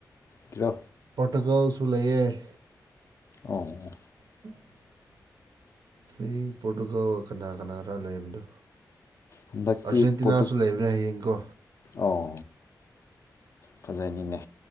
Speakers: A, on the left; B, on the right.
A: ꯒꯤꯔꯣ
B: ꯄꯣꯔꯇꯨꯒꯜꯁꯨ ꯂꯩꯌꯦ
A: ꯑꯣ
B: <inaudible> ꯍꯌꯦꯡ ꯄꯣꯔꯇꯨꯒꯜꯒ ꯀꯅꯥ ꯀꯅꯥꯔ ꯂꯩꯕꯗꯣ
A: ꯍꯟꯗꯛꯇꯤ
B: ꯑꯔꯖꯦꯟꯇꯤꯅꯥꯁꯨ
A: ꯄꯣꯔꯇꯨꯛ
B: ꯂꯩꯕꯅꯦ ꯍꯌꯦꯡꯀꯣ
A: ꯑꯣ ꯐꯖꯅꯤꯅꯦ